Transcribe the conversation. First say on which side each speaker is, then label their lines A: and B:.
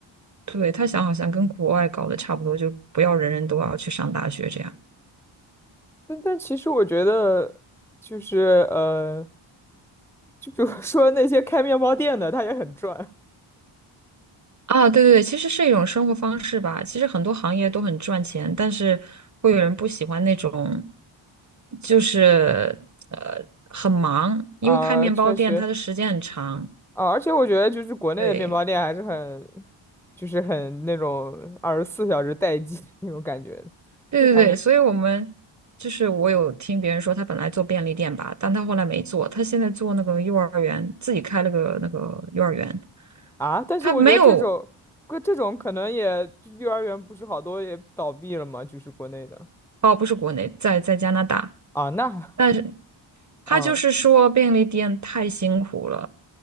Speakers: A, on the right; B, in the centre.
A: 对，他想好像跟国外搞得差不多，就不要人人都要去上大学这样
B: 但但其实我觉得就是呃，就比如说那些开面包店的，他也很赚
A: 啊。对对对，其实是一种生活方式吧。其实很多行业都很赚钱，但是会有人不喜欢那种，就是呃很忙，因为开面包店它的时间很长。
B: 啊，确实啊，而且我觉得就是国内的面包店还是很，
A: 对。
B: 就是很那种二十四小时待机 <laughs> 那种感觉，
A: 对对对，
B: 就感觉
A: 所以我们就是我有听别人说，他本来做便利店吧，但他后来没做，他现在做那个幼儿园，自己开了个那个幼儿园。
B: 啊，但是我觉得这种，
A: 他没有，
B: 个这种可能也幼儿园不是好多也倒闭了嘛，就是国内的
A: 哦，不是国内，在在加拿大，
B: 啊，那
A: 但是他就是说便利店太辛苦了，
B: 嗯